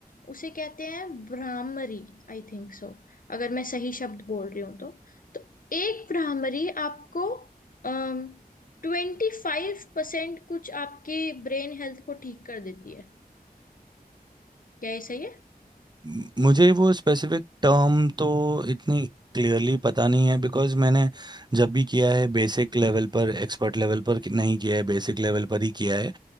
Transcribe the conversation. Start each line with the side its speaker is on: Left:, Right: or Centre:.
Left: उसे कहते हैं ब्राह्मरी आई थिंक सो अगर मैं सही शब्द बोल रही हूँ तो तो एक ब्राह्मरी आपको ट्वेंटी फाइव परसेंट कुछ आपके ब्रेन हेल्थ को ठीक कर देती है क्या ये सही है
Right: म- मुझे वो स्पेसिफिक टर्म तो इतनी क्लियरली पता नहीं है बिकॉज मैंने जब भी किया है बेसिक लेवल पर एक्सपर्ट लेवल पर कि- नहीं किया है बेसिक लेवल पर ही किया है